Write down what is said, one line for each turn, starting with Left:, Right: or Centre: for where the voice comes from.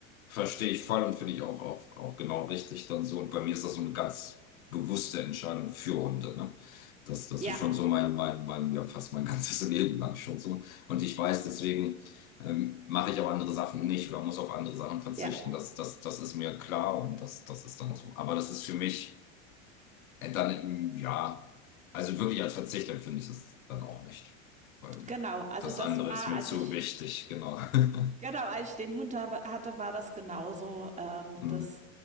Left: Verstehe ich voll und finde ich auch, auch, auch genau richtig dann so. Und bei mir ist das so eine ganz bewusste Entscheidung für Hunde, ne? Das, das
Right: ja,
Left: ist schon so mein, mein, mein, ja, fast mein ganzes <laughs> Leben lang schon so. Und ich weiß, deswegen ähm, mache ich auch andere Sachen nicht oder muss auf andere Sachen verzichten.
Right: ja,
Left: Das, das, das ist mir klar und das, das ist dann so. Aber das ist für mich äh, dann, ähm, ja, also wirklich als Verzicht empfinde ich es dann auch nicht. Weil
Right: genau. Also,
Left: das
Right: das
Left: andere
Right: war,
Left: ist mir
Right: als
Left: zu
Right: ich
Left: wichtig, genau. <laughs>
Right: genau, als ich den Hund habe hatte, war das genauso. Ähm,
Left: Mm.
Right: das